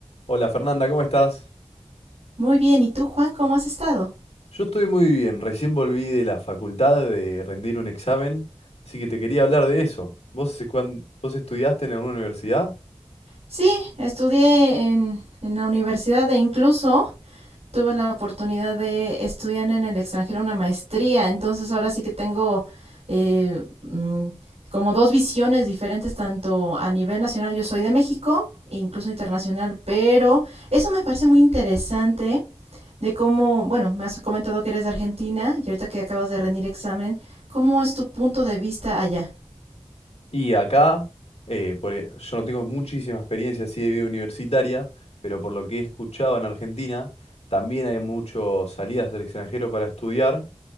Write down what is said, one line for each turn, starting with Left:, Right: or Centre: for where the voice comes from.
Left: Hola Fernanda, ¿cómo estás?
Right: Muy bien, ¿y tú, Juan, cómo has estado?
Left: Yo estoy muy bien, recién volví de la facultad de rendir un examen, así que te quería hablar de eso. ¿Vos, hace cuán- vos estudiaste en alguna universidad?
Right: Sí, estudié en, en la universidad e incluso tuve la oportunidad de estudiar en el extranjero una maestría, entonces ahora sí que tengo eh, mm, como dos visiones diferentes, tanto a nivel nacional, yo soy de México, e incluso internacional, pero eso me parece muy interesante de cómo, bueno, me has comentado que eres de Argentina y ahorita que acabas de rendir examen, ¿cómo es tu punto de vista allá?
Left: Y acá, eh, por e- yo no tengo muchísima experiencia así de vida universitaria, pero por lo que he escuchado en Argentina, también hay muchas salidas al extranjero para estudiar,